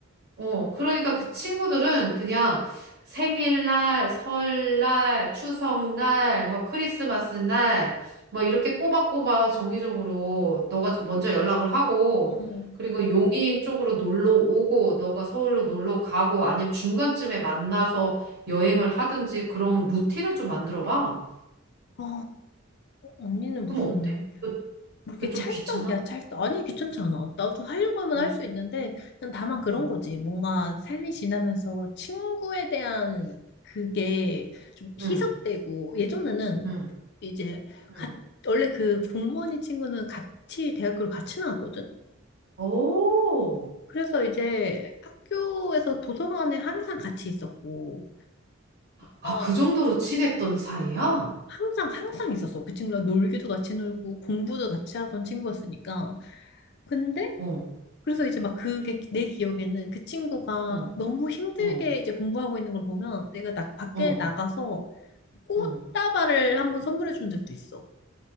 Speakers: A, on the right; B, on the left.
A: 어, 그러니까 그 친구들은 그냥 생일날, 설날, 추석날, 뭐 크리스마스 날, 뭐 이렇게 꼬박꼬박 정기적으로 너가 먼저 연락을 하고,
B: 응.
A: 그리고 용인 쪽으로 놀러 오고, 너가 서울로 놀러 가고, 아니면 중간쯤에 만나서 여행을 하든지 그런 루틴을 좀 만들어 봐.
B: 어, 언니는
A: 그럼
B: 무슨
A: 어때? 그,
B: 뭐 이렇게
A: 그 좀
B: 찰떡이야
A: 귀찮아?
B: 찰떡 아니 귀찮지 않아 나도 하려고 하면
A: 어,
B: 할 수 있는데 그냥 다만 그런
A: 어,
B: 거지 뭔가 삶이 지나면서 친구에 대한 그게 좀 희석되고
A: 응,
B: 예전에는
A: 응,
B: 이제 가,
A: 응.
B: 원래 그 공무원이 친구는 같이 대학교를 같이 나왔거든
A: 오,
B: 그래서 이제 학교에서 도서관에 항상 같이 있었고
A: 아,
B: 어,
A: 그 정도로 친했던 사이야?
B: 항상 항상 있었어 그 친구랑 놀기도 같이 놀고 공부도 같이 하던 친구였으니까 근데
A: 어.
B: 그래서 이제 막 그게 내 기억에는 그 친구가
A: 응,
B: 너무 힘들게
A: 응,
B: 이제 공부하고 있는 걸 보면 내가 나, 밖에
A: 응,
B: 나가서 꽃다발을
A: 응,
B: 한번 선물해 준 적도 있어.